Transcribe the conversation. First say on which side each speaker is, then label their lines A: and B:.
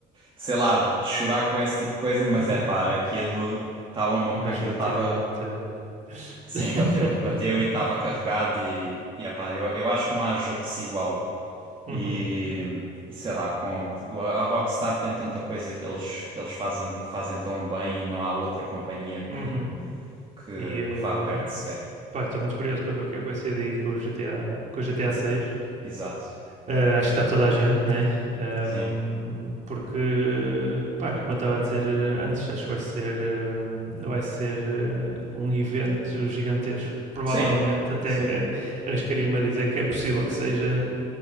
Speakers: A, on the right; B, on the right.
A: sei lá, de chorar com esse tipo de coisas, mas
B: <laughs>
A: é pá, aquilo estava, um boc-
B: Mas
A: aquilo
B: bateu,
A: estava,
B: bateu.
A: sim,
B: <laughs>
A: bateu, bateu e estava carregado e, e é pá, eu, eu acho que não há jogo que se iguale
B: Uhum,
A: e, e sei lá, com, a a Rockstar tem tanta coisa que eles, que eles fazem, fazem tão bem e não há outra companhia que,
B: uhum.
A: que,
B: E, eh,
A: que vá perto sequer,
B: Pá, estou muito curioso para ver o que é que vai sair daí com o GTA, com o GTA 6.
A: exato,
B: Eh, acho que está toda a gente, né? Ehm,
A: sim,
B: porque, pá, é como eu estava a dizer eh, antes, acho que vai ser, eh, vai ser eh, um evento gigantesco. Provavelmente,
A: sim,
B: até
A: sim,
B: arriscaria-me a dizer que é possível que seja